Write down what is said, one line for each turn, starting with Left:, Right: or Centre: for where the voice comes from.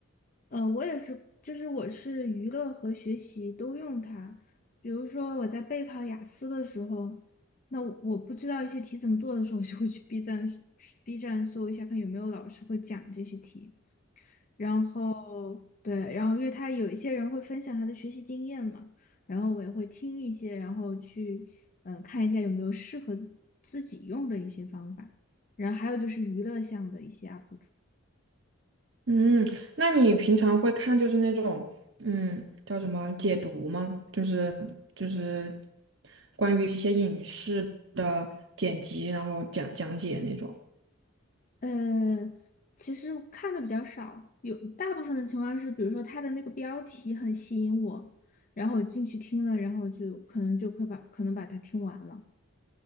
Left: 呃，我也是，就是我是娱乐和学习都用它。比如说我在备考雅思的时候，那我我不知道一些题怎么做的时候，我就会去 B 站 B 站搜一下，看有没有老师会讲这些题。然后对，然后因为他有一些人会分享他的学习经验嘛，然后我也会听一些，然后去嗯、呃看一下有没有适合自自己用的一些方法。然后还有就是娱乐项的一些 UP。主。
Right: 嗯，那你平常会看就是那种嗯叫什么解读吗？就是就是关于一些影视的剪辑，然后讲讲解那种。
Left: 呃，其实看的比较少，有大部分的情况是，比如说他的那个标题很吸引我，然后我进去听了，然后我就可能就可以把可能把它听完了，